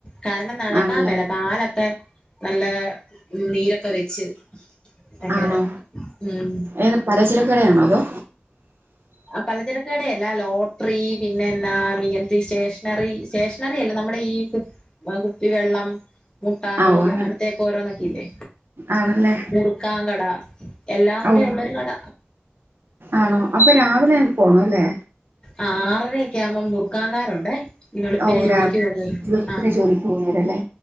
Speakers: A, on the left; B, on the right.
A: കാരണം നടക്കാ
B: ആണല്ലേ
A: മേലെ കാലൊക്കെ നല്ല നീരൊക്കെ വെച്ച് അങ്ങന
B: ആണോ
A: ഉം
B: ഏത് പലചരക്കടയാണോ അതോ
A: പലചരക്ക് കടയല്ല ലോട്ടറി പിന്നെ എന്നാ ഇങ്ങനത്തെ സ്റ്റേഷനറി സ്റ്റേഷനറി അല്ല നമ്മുടെ ഈ കു കുപ്പിവെള്ളം മുട്ടായി
B: ആ ഓ അങ്ങനെ
A: അങ്ങനത്തെയൊക്കെ ഓരോന്നൊക്കെയില്ലേ
B: ആണല്ലേ
A: മുറുക്കാൻ കട എല്ലാം കൂടെ
B: ഓ
A: ഒള്ളൊരു കട
B: ആണോ അപ്പൊ രാവിലെ അങ്ങ് പോണ അല്ലേ
A: ആ ആറരയൊക്കെ ആവുമ്പം മുറുക്കാകാരുണ്ടേ ഈ എളുപ്പിനെ
B: ഓ
A: ജോലിക്ക്
B: രാവിലെ
A: പേന്നവര്
B: ജോലിപ്പന്നെ
A: ആ
B: ജോലിക്ക് പോകുന്നവരല്ലേ